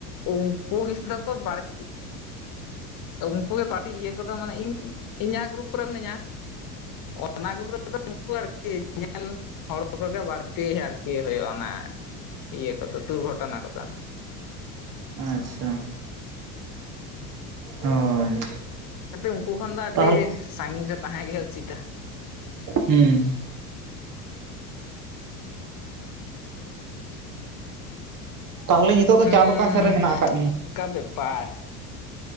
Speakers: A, on the left; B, on the right.
A: ᱩᱝᱠᱩ ᱜᱮᱥ ᱛᱚᱠᱚ ᱵᱟᱲᱛᱤ᱾ ᱩᱝᱠᱩ ᱜᱮ ᱯᱟᱴᱤ ᱤᱭᱟᱹ ᱠᱚᱫᱚ ᱢᱟᱱᱮ ᱤᱧ, ᱤᱧ ᱡᱟᱦᱟᱸ ᱜᱨᱩᱯ ᱠᱚᱨᱮ ᱢᱤᱱᱟᱹᱧᱟ᱾ ᱚᱱᱟ <unintelligible> ᱨᱮᱫᱚ ᱩᱱᱠᱩ ᱟᱨᱠᱤ ᱧᱮᱞ ᱦᱚᱲ ᱠᱚᱜᱮ ᱵᱟᱹᱲᱛᱤ ᱟᱨᱠᱤ ᱦᱳᱭᱳᱜᱼᱟ ᱚᱱᱟ ᱤᱭᱟᱹ ᱠᱚᱫᱚ ᱫᱩᱨᱜᱷᱚᱴᱚᱱᱟ ᱠᱚᱫᱚ᱾
B: ᱟᱪᱪᱷᱟ ᱦᱳᱭ
A: ᱠᱟᱴᱤᱜ ᱩᱱᱠᱩ ᱠᱷᱚᱱ ᱫᱚ ᱟᱹᱰᱤ
B: ᱛᱟᱦᱚᱞᱮ
A: ᱥᱟᱺᱜᱤᱧ ᱨᱮ ᱛᱟᱦᱮᱸ ᱜᱮ ᱩᱪᱤᱛᱟ,
B: ᱦᱩᱸ ᱛᱟᱦᱞᱮ ᱱᱤᱛᱳᱜ ᱫᱚ
A: ᱦᱩᱸ
B: ᱪᱟ ᱫᱚᱠᱟᱱ ᱥᱮᱱ ᱨᱮ ᱢᱮᱱᱟᱜ ᱟᱠᱟᱫ ᱢᱮᱭᱟ?
A: ᱚᱱᱠᱟ ᱵᱮᱯᱟᱨ